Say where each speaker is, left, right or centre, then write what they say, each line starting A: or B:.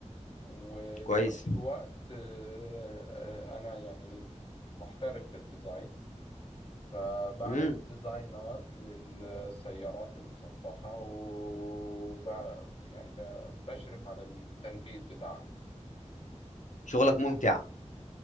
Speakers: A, on the left; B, on the left.
A: وفي
B: كويس
A: نفس الوقت آه، آه، أنا يعني محترف في الديزاين فبعمل
B: امم
A: ديزاينات للسيارات المصفحة وب... يعني ب... بشرف على التنفيذ بتاعها
B: شغلك ممتع